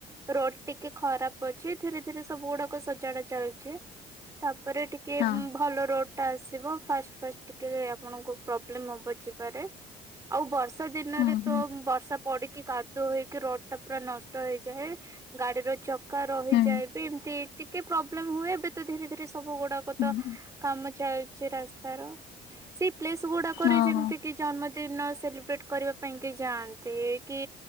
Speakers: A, on the right; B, on the left.
A: ରୋଡ ଟିକେ ଖରାପ ଅଛି ଧୀରେ ଧୀରେ ସବୁ ଗୁଡାକ ସଜାଡା ଚାଲଛି ତାପ ପରେ ଟିକେ
B: ହଁ।
A: ଭଲ ରୋଡ ଟା ଆସ ଫ ଫାଷ୍ଟ ଟିକେ ଆପଣ ପ୍ରୋବ୍ଲେମ ହବ ଯିବାରେ ଆଉ ବର୍ଷା ଦିନରେ
B: ହୁଁ ହୁଁ
A: ତ ବର୍ଷା ପଡି କି କାଦୁଆ ହେଇକି ରୋଡ ଟା ପୁରା ନଷ୍ଟ ହେଇଯାଏ ଗାଡିର ରହିଯାଏ
B: ହୁଁ
A: ବି ଏମିତି ଟିକେ ପ୍ରୋବ୍ଲେମ୍ ହୁଏ ଏବେ ତ ଧରେ ଧୀରେ ସବୁ ଗୁଡାକ
B: ହୁଁ
A: ତ କାମ ଚାଲିଛି ରାସ୍ତାର ସେ ସ୍ ଗୁଡାକରେ
B: ଓହୋ
A: ଯେମିତି କି ଜନ୍ମ ତିନ ସେଲିବ୍ରେଟ କରିବା ପାଇଁ କି ଯାଆନ୍ତେ କି